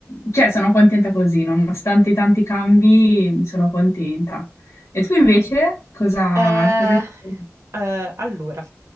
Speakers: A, on the left; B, on the right.
A: cioè, sono contenta così, nonostante i tanti cambi, sono contenta. E tu invece cosa,
B: Eh,
A: cosa hai fatto?
B: eh, allora,